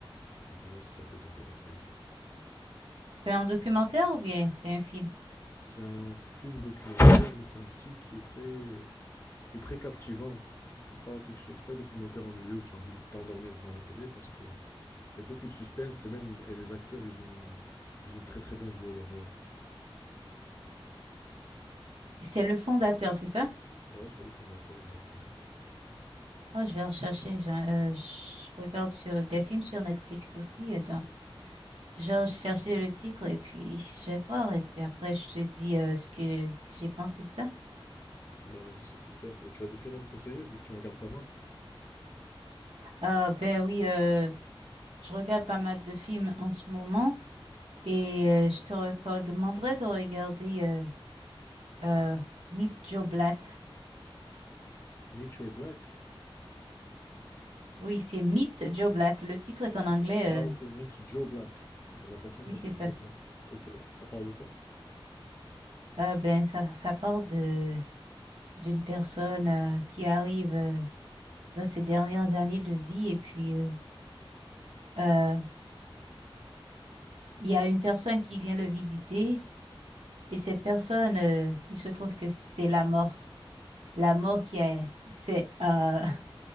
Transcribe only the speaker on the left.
Donc voilà, si ça peut t'intéresser.
C'est un film documentaire, mais c'est un style qui est très, qui est très captivant. C'est pas quelque chose, c'est pas un documentaire ennuyeux où tu as envie de t'endormir devant la télé parce que Il y a beaucoup de suspense et même et les acteurs, ils ont, ils ont très très bien joué leur rôle.
Ouais, c'est le fondateur, exactement.
Bah vas-y, c'est super. Tu as des films à me conseiller, vu que tu en regardes pas mal.
Meet Your Black.
Ah, ok.
Meet Joe Black. Genre la personne
s'appelle
Joe Black. Ok, ça parle de quoi?